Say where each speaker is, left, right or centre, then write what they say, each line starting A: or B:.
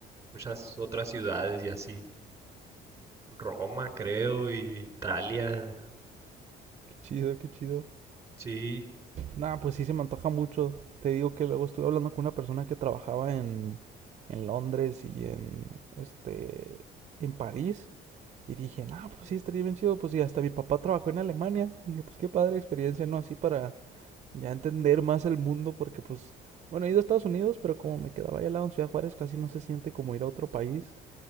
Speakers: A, on the right; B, on the right.
A: muchas otras ciudades y así. Roma, creo, y Italia.
B: qué chido, qué chido.
A: Sí,
B: Nah, pues sí se me antoja mucho, te digo que luego estuve hablando con una persona que trabajaba en, en Londres y en, este, en París Y dije, no, pues sí, estaría bien chido. Pues y hasta mi papá trabajó en Alemania. Dije, pues qué padre experiencia, ¿no? Así para ya entender más el mundo, porque pues, bueno, he ido a Estados Unidos, pero como me quedaba allá al lado en Ciudad Juárez, casi no se siente como ir a otro país.